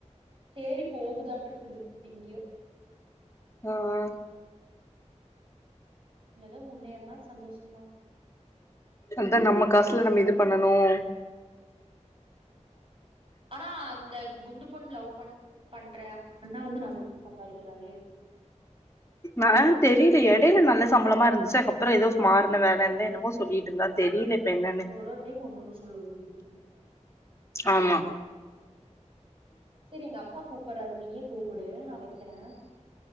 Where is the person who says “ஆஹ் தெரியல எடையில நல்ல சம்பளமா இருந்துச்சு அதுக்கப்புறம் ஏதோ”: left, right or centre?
Left